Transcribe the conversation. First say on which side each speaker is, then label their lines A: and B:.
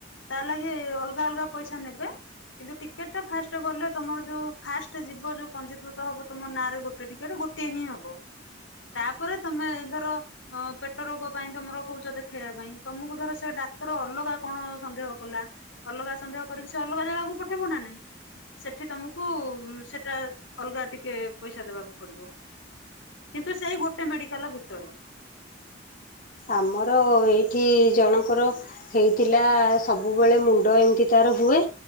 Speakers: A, on the left (about 85°); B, on the left (about 45°).
A: ତା ଲାଗି ଅଲଗା ଅଲଗା ପଇସା ନେବେ। କିନ୍ତୁ ଟିକେଟ ଟା ଫାଷ୍ଟ ଗଲେ ତମର ଯୋଉ ଫାଷ୍ଟ ଯିବ ଯୋଉ ପଞ୍ଜିକୃତ ହବ ତମ ନାଁରେ। ଗୋଟେ ଟିକେଟ ଗୋଟେ ହିଁ ହବ। ତାପରେ ତମେ ଧର ପେଟ ରୋଗ ପାଇଁ ତମର କହୁଛ ଦେଖେଇବା ପାଇଁ। ତମକୁ ଧର ସେ ଡାକ୍ତର ଅଲଗା କଣ ସନ୍ଦେହ କଲା ଅଲଗା ସନ୍ଦେହ କରିକି ସେ ଅଲଗା ଜାଗାକୁ ପଠେଇବ ନା ନାଇଁ। ସେଠି ତମକୁ ସେଟା ଅଲଗା ଟିକେ ପଇସା ଦବାକୁ ପଡିବ। କିନ୍ତୁ ସେଇ ଗୋଟେ ମେଡିକାଲ ଭିତରେ। <inaudible>
B: ଆମର ଏଇଠି ଜଣଙ୍କର ହେଇଥିଲା ସବୁବେଳେ ମୁଣ୍ଡ ଏମିତି ତାର ହୁଏ।